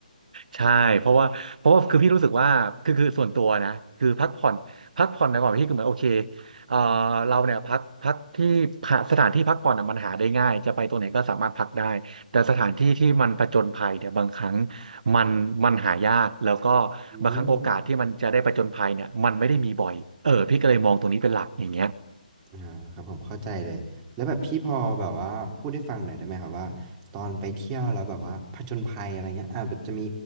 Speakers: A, on the right; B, on the right.
A: ใช่เพราะว่าเพราะว่าคือพี่รู้สึกว่าคือคือส่วนตัวนะคือพักผ่อนพักผ่อนในก่อนพี่คือเหมือนโอเคเอ่อเราเนี่ยพักพักที่พักสถานที่พักผ่อนอะมันหาได้ง่ายจะไปตรงไหนก็สามารถพักได้แต่สถานที่ที่มันผจญภัยเนี่ยบางครั้งมันมันหายากแล้วก็
B: อืม
A: บางครั้งโอกาสที่มันจะได้ผจญภัยเนี่ยมันไม่ได้มีบ่อยเออพี่ก็เลยมองตรงนี้เป็นหลักอย่างเงี้ย
B: อ่าครับผมเข้าใจเลยแล้วแบบพี่พอแบบว่าพูดได้ฟังหน่อยได้ไหมครับว่าตอนไปเที่ยวแล้วแบบว่าผจญภัยอะไรเงี้ยอาจจะมี